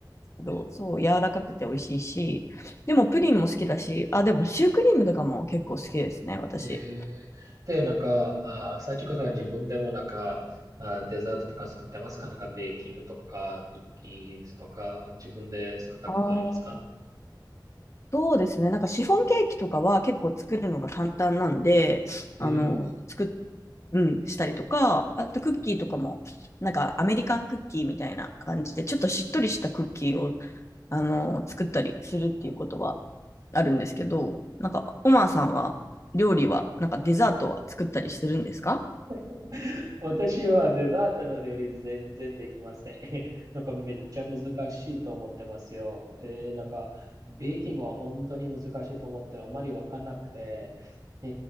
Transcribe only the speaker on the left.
どうそう、柔らかくて美味しいし、でもプリンも好きだし、あ、でもシュークリームとかも結構好きですね、私。
あーそうですね。なんかシフォンケーキとかは結構作るのが簡単なんで、
あの、作っ、うん、したりとか、あとクッキーとかも、なんかアメリカンクッキーみたいな感じで、ちょっとしっとりしたクッキーを、あの、作ったりするっていうことはあるんですけど、なんか、オマーさんは、料理は、なんかデザートは作ったりするんですか